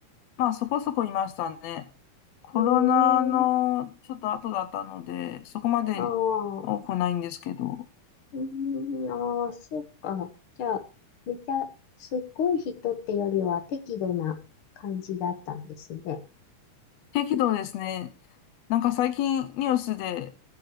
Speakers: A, on the left; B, on the left.
A: まあ、そこそこいましたね。コロナのちょっと後だったので、
B: うーん、
A: そこまで
B: ああ、
A: 多くないんですけど。
B: うーん、ああ、そっか。じゃあ、めちゃ、すっごい人ってよりは適度な感じだったんですね。
A: 適度ですね。なんか最近ニュースで、